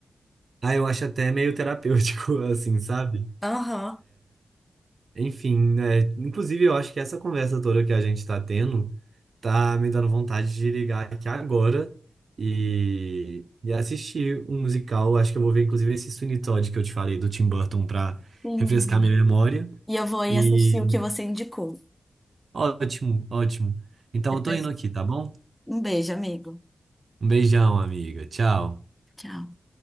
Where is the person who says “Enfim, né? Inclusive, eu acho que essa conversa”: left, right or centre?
Right